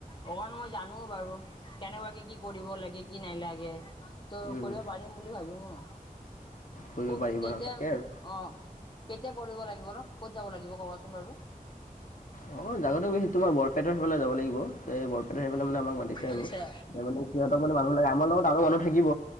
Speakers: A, on the left (about 35°); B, on the left (about 60°).
A: অকমান মই জানো বাৰু কেনেকুৱাকে কি কৰিব লাগে, কি নেলাগে। তো
B: উম
A: কৰিব পাৰিম বুলি ভাবো মই
B: কৰিব
A: ক'ত
B: পাৰিবা
A: কেতিয়া
B: আৰু তাকে আৰু
A: অ কে কেতিয়া কৰিব লাগিব নো, ক'ত যাব লাগিব ক'বাচোন বাৰু।
B: অ, জাগাটো বেছি তোমাৰ বৰপেটাৰ ফালে যাব লাগিব এ বৰ সেইফালে মানে আমাক মাতিছে আৰু
A: আচ্ছা
B: তাৰ মানে সিহঁতক মানে মানুহ লাগে, আমাৰ লগত আৰু মানুহ থাকিব।